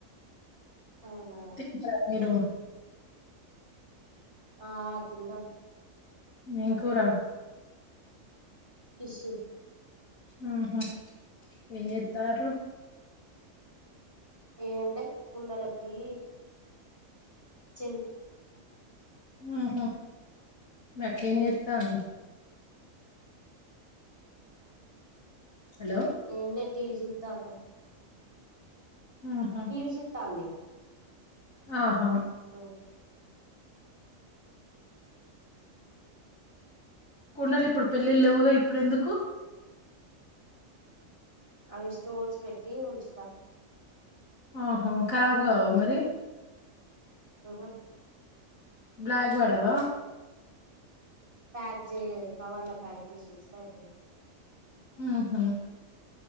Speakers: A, on the right; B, on the left.
A: అవునా
B: పిచ్చరా మీరు
A: ఆ తిన్నాం
B: ఏం కూర?
A: ఫిష్
B: ఆ హ ఏం జెత్తారు?
A: ఏంలే కుండలకి చెం
B: ఆహ మీ అక్క ఏం చేత్తంది? హలో
A: ఏమిలే టీవీ చూత్తనం
B: ఆహ
A: టీవీ చూస్తాంది
B: ఆహా
A: అవ్
B: కుండలు ఇప్పుడు పెళ్ళిళ్ళ లేవుగా ఇప్పుడు ఎందుకు?
A: అవి స్టోర్స్ పెట్టి ఉంచుతా
B: ఆహో కరాబు కావా మరి
A: ఆహ
B: బ్లాక్ వాడవా?
A: ప్యాక్ చే కవర్ ల ప్యాక్ చేసి వస్తా అయి
B: ఆహ